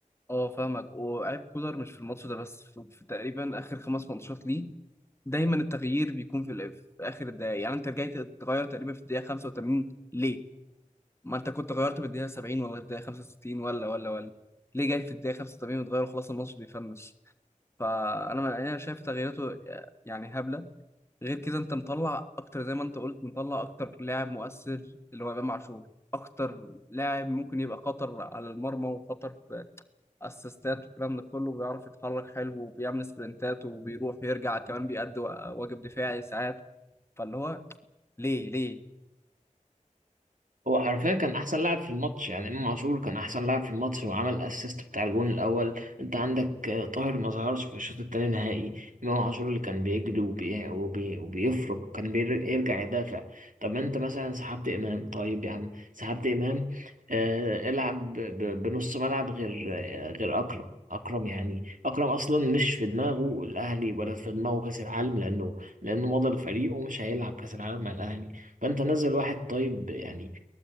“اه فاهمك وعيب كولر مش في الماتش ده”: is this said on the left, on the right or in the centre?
Left